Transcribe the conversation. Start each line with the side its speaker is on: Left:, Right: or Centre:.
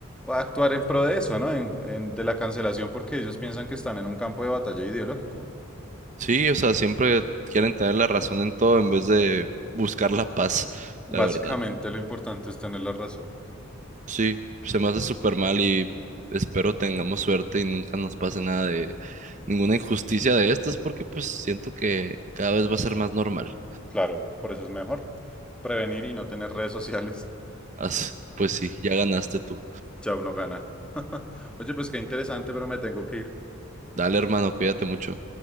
Centre: actuar en pro de eso, ¿no? En- en- de la cancelación porque ellos piensan que están en un campo de batalla ideológico.
Right: Sí, o sea, siempre quieren tener la razón en todo en vez de buscar la paz,
Centre: Básicamente
Right: la verdad.
Centre: lo importante es tener la razón.
Right: Sí, se me hace súper mal y espero tengamos suerte y nunca nos pase nada de ninguna injusticia de estas porque pues siento que cada vez va a ser más normal.
Centre: Claro, por eso es mejor prevenir y no tener redes sociales. <laughs>
Right: As- Pues sí, ya ganaste tú.
Centre: Ya uno gana. <laughs> Oye, pues qué interesante, pero me tengo que ir.
Right: Dale, hermano, cuídate mucho.